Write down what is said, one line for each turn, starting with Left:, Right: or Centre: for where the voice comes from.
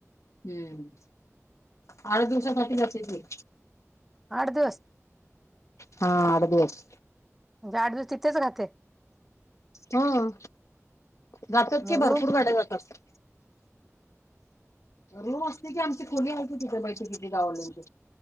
Left: हम्म. आठ दिवसासाठी जाते ती.
Centre: आठ दिवस.
Left: हा आठ दिवस.
Centre: म्हणजे आठ दिवस तितंच राहते.
Left: ह जातात की
Centre: मग
Left: भरपूर गाड्या जातात. रूम असते की आमची खोली आहे की तिथे बैठकीची गाववाल्याची